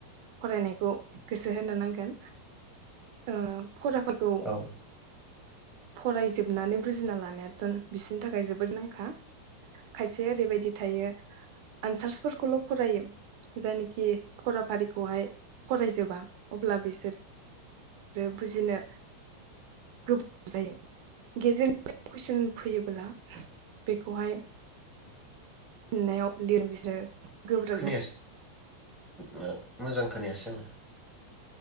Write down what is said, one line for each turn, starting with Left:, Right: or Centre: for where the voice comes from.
Right: फरायनायखौ गोसो होनो नांगोन ओ फराफोरखौ
Centre: औ
Right: फरायजोबनानै बुजिना लानायाथ' बिसोरनि थाखाय जोबोद नांखा खायसे ओरैबायदि थायो आनसार्सफोरखौल' फरायो जायनाखि फराफारिखौहाय फरायजोबा अब्ला बिसोरो बुजिनो गोब्राब जायो गेजेर कुइसन फैयोब्ला बेखौहाय <unintelligible> लिरो बिसोरो गोब्राब
Centre: खोनायासै
Right: <inaudible>
Centre: <inaudible> मोजां खोनायासो आङो